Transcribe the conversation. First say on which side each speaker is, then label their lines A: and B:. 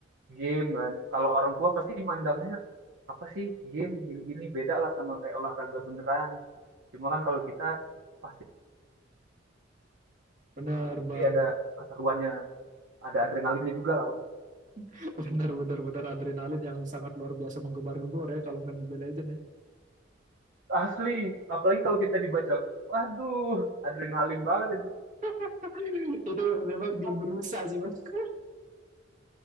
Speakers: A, on the right; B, on the right.
A: game kan. Kalau orang tua pasti mandangnya apa sih game gini-gini beda lah sama kayak olahraga beneran. Cuma kan kalau kita pasti
B: Bener, Bang.
A: ada keseruannya, ada adrenalinnya juga lah. Wak.
B: <laughs> Bener, bener, bener adrenalin yang sangat luar biasa menggembar-gembor ya kalau main Mobile Legends ya.
A: Asli, apalagi kalau kita dibacotin. Waduh, adrenalin banget itu.
B: <laughs> Itu memang game
A: Ah,
B: berusaha sih, Bang. <laughs>